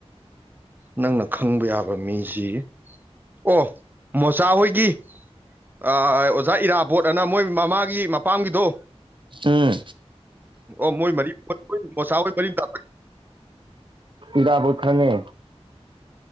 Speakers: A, on the right; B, on the right.
A: ꯅꯪꯅ ꯈꯪꯕ ꯌꯥꯕ ꯃꯤꯖꯤ ꯑꯣ ꯃꯣꯆꯥꯍꯣꯏꯒꯤ ꯑ ꯑꯣꯖꯥ ꯏꯔꯥꯕꯣꯠ ꯑꯅ ꯃꯣꯏ ꯃꯃꯥꯒꯤ ꯃ__ ꯄꯥꯝꯒꯤꯗꯣ
B: ꯎꯝ
A: ꯑꯣ ꯃꯣꯏ ꯃꯔꯤ ꯃꯣꯆꯥ ꯍꯣꯏ ꯃꯔꯤ ꯃꯇꯥꯅꯦ
B: ꯏꯔꯥꯕꯣꯠ ꯈꯪꯉꯦ